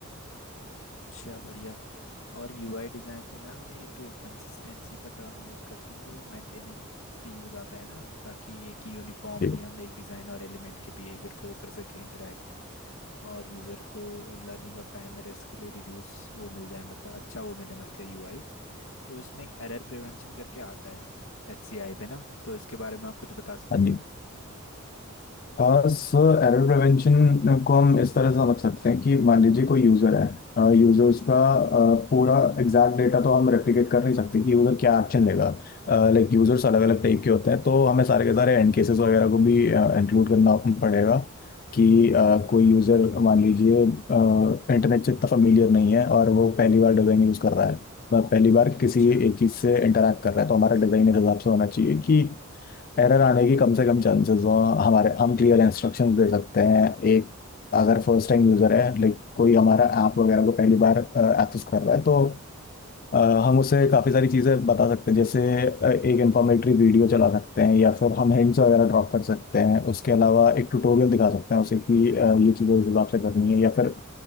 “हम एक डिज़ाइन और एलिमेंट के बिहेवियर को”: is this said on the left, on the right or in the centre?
Left